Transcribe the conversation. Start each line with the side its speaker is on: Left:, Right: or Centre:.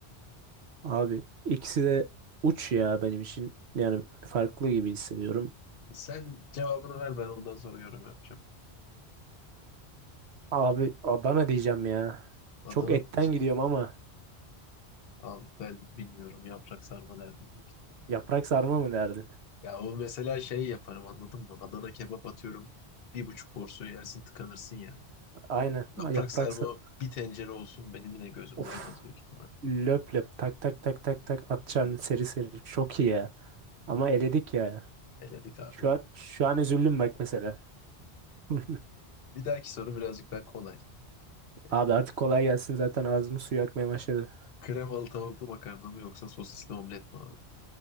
Right: Abi ikisi de uç ya benim için. Yani farklı gibi hissediyorum.
Left: Sen cevabını ver ben ondan sonra yorum yapacağım.
Right: Abi Adana diyeceğim ya.
Left: Adana
Right: Çok etten
Left: mı? diyeceğim?
Right: gidiyorum ama
Left: Abi ben bilmiyorum yaprak sarma derdim büyük ihtimal.
Right: yaprak sarma mı derdin?
Left: Ya o mesela şey yaparım anladın mı? Adana kebap atıyorum. Bir buçuk porsiyon yersin tıkanırsın ya.
Right: Aynen.
Left: Yaprak
Right: Ha, Yaprak
Left: sarma
Right: sarma.
Left: bir tencere olsun benim yine gözüm
Right: Of.
Left: doymaz büyük ihtimalle.
Right: Löp löp tak tak tak tak tak atacağım
Left: Bir de
Right: seri seri. Çok iyi ya. Ama eledik ya.
Left: eledik abi
Right: Şu
Left: ya.
Right: an, şu an üzüldüm bak mesela. <laughs>
Left: Bir dahaki soru birazcık daha kolay. Ee,
Right: Abi artık kolay gelsin zaten ağzımı suyu akmaya başladı.
Left: kremalı tavuklu makarna mı yoksa sosisli omlet mi abi?